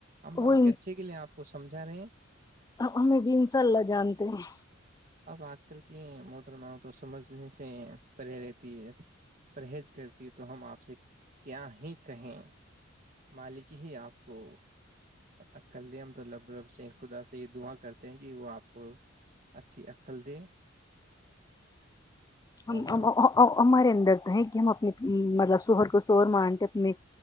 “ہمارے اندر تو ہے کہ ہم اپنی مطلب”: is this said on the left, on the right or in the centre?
Left